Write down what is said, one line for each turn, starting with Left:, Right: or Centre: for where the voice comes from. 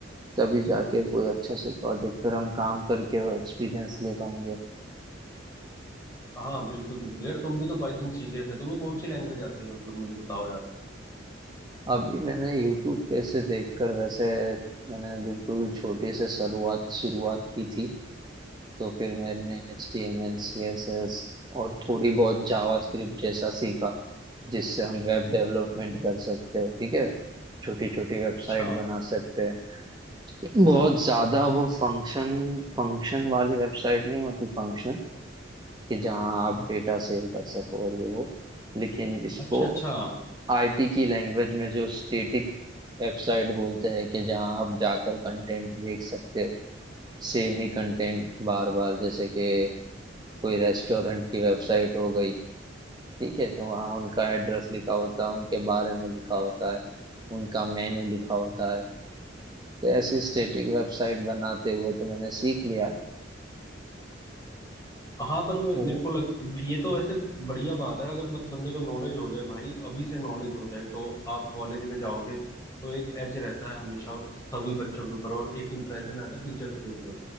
Right: तभी जाके कोई अच्छा से प्रोजेक्ट पर हम काम करके वो एक्सपीरियंस ले पाएंगे
Left: हाँ बिल्कुल बिल्कुल यार तुम भी तो पाइथन सीख गए थे तुम्हें कौन सी लैंग्वेज आती है मतलब मुझे बताओ यार
Right: अभी मैंने यूट्यूब पे से देखकर वैसे मैंने बिल्कुल छोटे से शुरुआत शुरुआत की थी तो फिर मैंने H T M L C S S और थोड़ी बहुत जावा स्क्रिप्ट जैसा सीखा जिससे हम वेब डेवलपमेंट कर सकते हैं ठीक है छोटी छोटी वेबसाइट
Left: अच्छा
Right: बना सकते हैं बहुत ज्यादा वो फंक्शन फंक्शन वाली वेबसाइट नहीं होती फंक्शन कि जहाँ आप डेटा सेव कर सको और ये वो लेकिन इसको
Left: अच्छा अच्छा
Right: आईटी की लैंग्वेज में जो स्टेटिक वेबसाइट बोलते हैं कि जहाँ आप जाकर कंटेंट देख सकते हो सेम ही कंटेंट बार बार जैसे कि कोई रेस्टोरेंट की वेबसाइट हो गई ठीक है तो वहाँ उनका एड्रेस लिखा होता है उनके बारे में लिखा होता है उनका मेनू लिखा होता है तो ऐसी स्टेटिक वेबसाइट बनाते हुए तो मैंने सीख लिया
Left: हाँ पर मे-
Right: वो
Left: मेरे को लग ये तो वैसे बढ़िया बात है अगर मत बंदे को नॉलेज हो जाए भाई तो अभी से नॉलेज हो जाए तो आप कॉलेज में जाओगे तो एक एज रहता है हमेशा सभी बच्चों के ऊपर और एक इम्प्रेशन रहता है टीचर्स के ऊपर